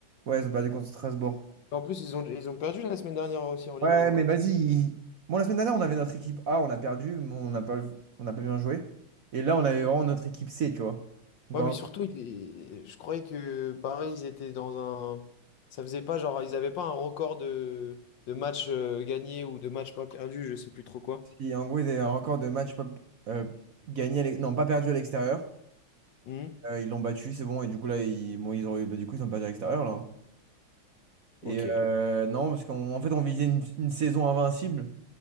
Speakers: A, on the right; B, on the left.
A: Ouais, ils ont perdu contre Strasbourg.
B: En plus, ils ont, ils ont perdu la semaine dernière aussi en Ligue
A: Ouais,
B: 1 encore.
A: mais vas-y. ils- Bon, la semaine dernière, on avait notre équipe A, on a perdu, mais on n'a pas, on n'a pas bien joué. Et là, on avait vraiment notre équipe C, tu vois. Donc,
B: Ouais,
A: en,
B: mais surtout, ils- je croyais que Paris, ils étaient dans un... Ça faisait pas genre, ils avaient pas un record de, de matchs euh, gagnés ou de matchs pas perdus, je sais plus trop quoi.
A: si- en gros, ils avaient un record de matchs pas, euh, gagnés à l'ex- non, pas perdu à l'extérieur.
B: Hmm.
A: Euh, ils l'ont battu, c'est bon. Et du coup, là, ils, bon, ils ont, bah, du coup, ils ont perdu à l'extérieur, là. hein.
B: Ok.
A: Et euh, non, parce qu'en fait, on visait une, une saison invincible.